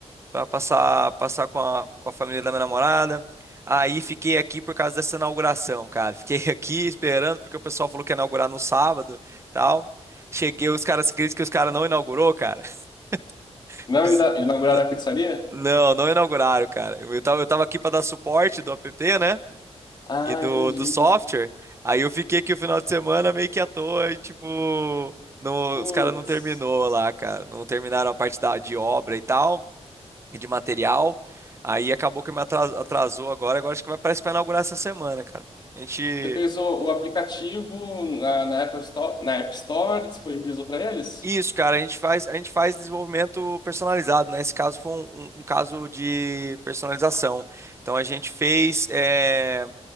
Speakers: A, on the right; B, on the left.
A: para passar passar com a, com a família da minha namorada. Aí fiquei aqui por causa dessa inauguração, cara. Fiquei <laughs> aqui esperando porque o pessoal falou que ia inaugurar no sábado e tal. Cheguei, os caras acreditam que os caras não inaugurou, cara. <laughs>
B: Não
A: Fiz-
B: ina- inauguraram
A: N-
B: a pizzaria?
A: Não, não inauguraram, cara. Eu tava, eu tava aqui para dar suporte do app, né?
B: Ah,
A: E do,
B: entendi.
A: do software. Aí eu fiquei aqui o final de semana meio que à toa e tipo, não-
B: Putz.
A: os caras não terminou lá, cara. Não terminaram a parte da, de obra e tal e de material. Aí acabou que me atras- atrasou agora. Agora acho que vai, parece que vai inaugurar essa semana, cara. A gente.
B: Você fez o, o aplicativo na, na Apple Store, na App Store, disponibilizou pra eles?
A: Isso, cara, a gente faz, a gente faz desenvolvimento personalizado, né? Esse caso foi um, um- um caso de personalização. Então a gente fez eh,